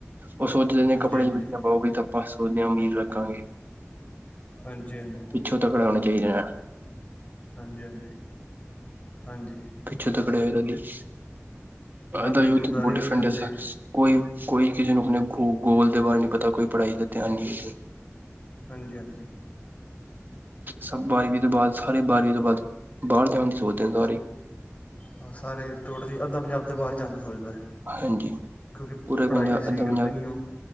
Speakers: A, on the right; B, on the left.
A: ਉਹ ਸੋਚਦੇ ਨੇ
B: ਹਾਂਜੀ
A: ਕੱਪੜੇ
B: ਹਾਂਜੀ
A: ਵਧੀਆ ਪਾਓਗੇ ਤਾ ਬਸ, ਓਂਨੇ ਅਮੀਰ ਲੱਗਾਂਗੇ।
B: ਹਾਂਜੀ-ਹਾਂਜੀ।
A: ਪਿੱਛੋਂ ਤਕਰ, ਆਣੇ ਚਾਹੀਦੇ ਨਾ।
B: ਹਾਂਜੀ-ਹਾਂਜੀ, ਹਾਂਜੀ।
A: ਪਿੱਛੇ ਤਕੜੇ ਹੋਏ, ਅਜ
B: ਨਾਲੇ
A: ਦਾ ਯੂਥ
B: ਗੁਰਦੁਆਰੇ
A: <unintelligible>
B: ਵੀ ਨਹੀਂ ਜਾਂਦੇ
A: ਕੋਈ, ਕੋਈ ਕਿਸੇ ਨੂੰ ਆਪਣੇ ਗੋ ਗੋਲ ਦੇ ਬਾਰੇ ਨਹੀਂ ਪਤਾ, ਕੋਈ ਪੜ੍ਹਾਈ ਦਾ ਧਿਆਨ ਨਹੀਂ
B: ਹਾਂਜੀ-ਹਾਂਜੀ।
A: ਸਭ ਬਾਰ੍ਹਵੀ ਤੋਂ ਬਾਅਦ, ਸਾਰੇ ਬਾਰ੍ਹਵੀ ਤੋਂ ਬਾਅਦ ਬਾਹਰ ਜਾਣ ਦੀ ਸੋਚਦੇ ਨੇ, ਸਾਰੇ।
B: ਹਾਂ, ਸਾਰੇ ਟੋਟਲੀ ਅੱਧਾ ਪੰਜਾਬ ਤੇ ਬਾਹਰ ਜਾਣ ਦੀ ਸੋਚਦਾ।
A: ਹਾਂਜੀ
B: ਕਿਉਂਕਿ
A: ਪੂਰੇ
B: ਪੜ੍ਹਾਈ
A: ਪੰਜਾਬ
B: ਤੇ ਸਹੀ
A: ਅੱਧਾ
B: ਕਰਦੇ
A: ਪੰਜਾਬ
B: ਨੀ, ਉਹ।